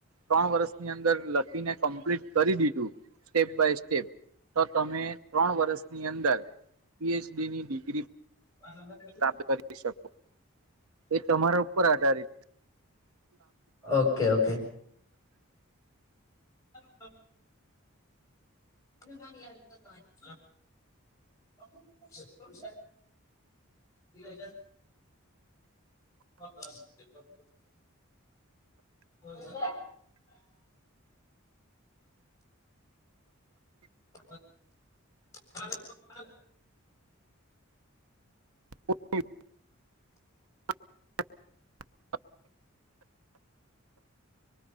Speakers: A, on the right; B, on the left.
A: ત્રણ વર્ષની અંદર લખીને કમ્પ્લીટ કરી દીધું સ્ટેપ બાય સ્ટેપ તો તમે ત્રણ વર્ષની અંદર પીએચડી ની ડિગ્રી
B: અ
A: પ્રપ કરી શકો એ તમારા ઉપર આધારિત
B: ઓકે ઓકે સારુ ચલો જવાન યાદ ના પાણી છે આનું પેમેન્ટ <unintelligible> ચેટલુ સે બે હજાર <inaudible> એવું સે બોલ મારે તો ખરા ને
A: હું કેવ <unintelligible>